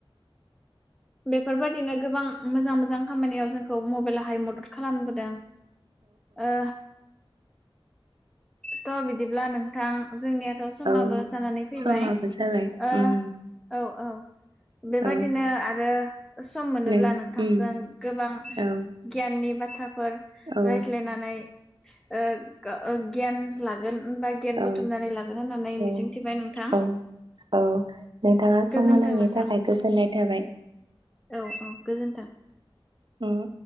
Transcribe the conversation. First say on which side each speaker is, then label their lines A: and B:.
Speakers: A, in the centre; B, on the right (about 55°).
A: बेफोर बायदिनो गोबां मोजां मोजां खामानियाव जोंखौ मबाइलाहाय मदद खालामबोदों ओ थ' बिदिब्ला नोंथां जोंनियाथ' समाबो
B: औ
A: जानानै फैबाय
B: समाबो जाबाय
A: ओ औ
B: उम
A: औ बेबायदिनो
B: औ
A: आरो सम मोनोब्ला
B: नों
A: नोंथांजों
B: उम
A: गोबां
B: औ
A: गियाननि बाथ फोर
B: औ
A: रायज्लायनानै ओ ओ गियान ला होमबा गियान
B: औ
A: बुथुमनानै लागोन होननानै मिजिंथिबाय
B: औ
A: नोंथां
B: औ औ नोंथाङा सम
A: गोजोनथों
B: होनायनि
A: नोंथां।
B: थाखाय गोजोननाय थाबाय
A: औ औ गोजोन्थों।
B: ओं